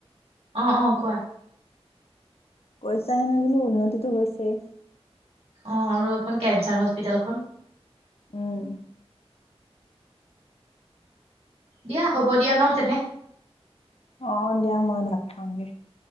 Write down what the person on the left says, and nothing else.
পচা সেনে গলো উন্নতিতটো হৈছেই
উম
অ দিয়া মই ভাত খাামগে